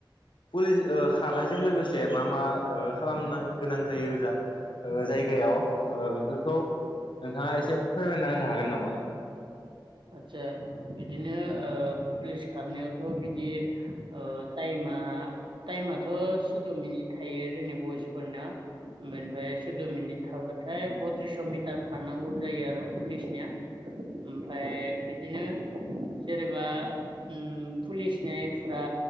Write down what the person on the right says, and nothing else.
आस्सा बिदिनो ओ पुलिस खारनायावथ' बिदि ओ टाइम मा टाइमाथ' सुद' मिनिट थायो जोंनि बयसफोरना। बेनिफ्राय सुद' मिनिट थाबाथाय बथ्रिसस' मिटार खारनांगौ जायो आरो पुलिसनिया। ओमफ्राय बिदिनो जेनेबा ओम पुलिसनि एक्सट्रा